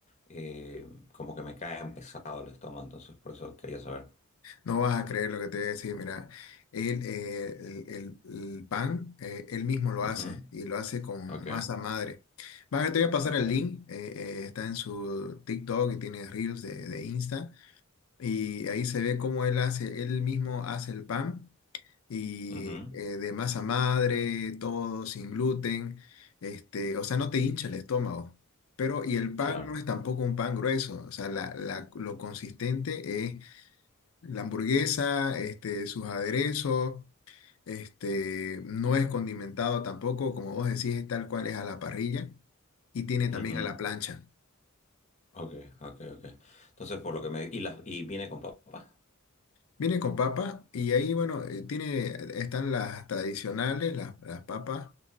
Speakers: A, on the left; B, on the left.
A: eh, como que me caen pesado el estómago, entonces por eso quería saber.
B: no vas a creer lo que te voy a decir, mira, él, eh, el, el- el pan, eh, él mismo lo
A: Ujú,
B: hace y lo hace con
A: Ok,
B: masa madre. Vas a- te voy a pasar
A: ok.
B: el link, eh, eh, está en su TikTok y tiene Reels de, de Insta Y ahí se ve cómo él hace, él mismo hace el pan y
A: Ujú,
B: eh, de masa madre, todo sin gluten, este, o sea, no te hincha el estómago. Pero, y el pan
A: Claro.
B: no es tampoco un pan grueso, o sea, la- la- lo consistente es la hamburguesa, este, sus aderezos, este, no es condimentado tampoco, como vos decís, es tal cual es a la parrilla y tiene también
A: Ujú,
B: a la plancha.
A: Ok, ok, ok. Entonces por lo que me... Y, las y viene con papas.
B: Viene con papa y ahí, bueno, eh, tiene, están las tradicionales, las, las papas,